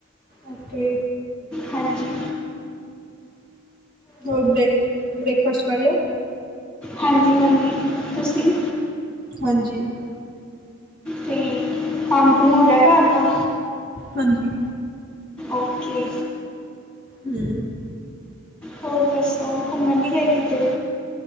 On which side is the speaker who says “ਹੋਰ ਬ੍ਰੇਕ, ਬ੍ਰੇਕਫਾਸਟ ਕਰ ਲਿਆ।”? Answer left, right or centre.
Right